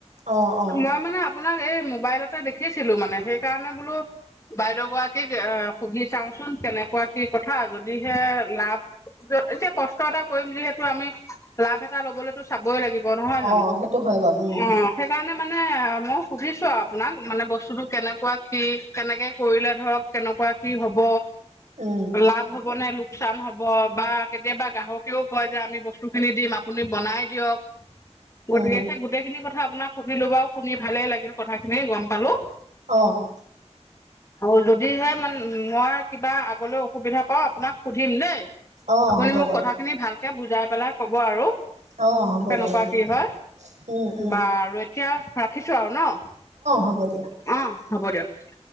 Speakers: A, on the right; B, on the left.
A: অঁ ',- অঁ',
B: মই মানে আপোনাক এই মোবাইলতে দেখিছিলো মানে সেইকাৰণে বোলো বাইদেউ গৰাকীক এ সুধি চাওচোন কেনেকুৱা কি কথা যদিহে লাভ এতিয়া কষ্ট এটা কৰিম যিহেতু আমি লাভ এটা লবলৈতো চাবই লাগিব নহয় জানো
A: অ সেইটো হয় বাৰু উম
B: অ', মানে- মানে মই সুধিছো আৰু আপোনাক মানে বস্তুটো কেনেকুৱা কি কেনেকে কৰিলে ধৰক কেনেকুৱা কি হ'ব?
A: উম
B: লাভ হ'ব নে লো লোকচান হ'ব বা কেতিয়াবা গ্ৰাহকেও কয় যে আমি বস্তুখিনি দিম আপুনি বনাই দিয়ক। গতিকে
A: উম
B: সেই গোটেইখিনি কথা শুনিলো বাৰু শুনি ভালেই লাগিল কথাখিনি গম পালো।
A: অহ ',
B: আৰু যদিহে মানে মই কিবা আগলৈ অসুবিধা পাওঁ আপোনাক সুধিম দেই।
A: অ
B: আপুনি
A: হ'ব
B: মোক
A: বাৰু
B: কথা খিনি ভাল তেওঁক বুজাই পেলাই কব আৰু
A: আহ ', হ'ব
B: কেনেকুৱা
A: বাৰু দিয়া
B: কি হয়
A: উম- উম
B: বা আৰু এতিয়া ৰাখিছো আৰু ন। অ',
A: হ'ব দিয়া
B: হ'ব দিয়ক।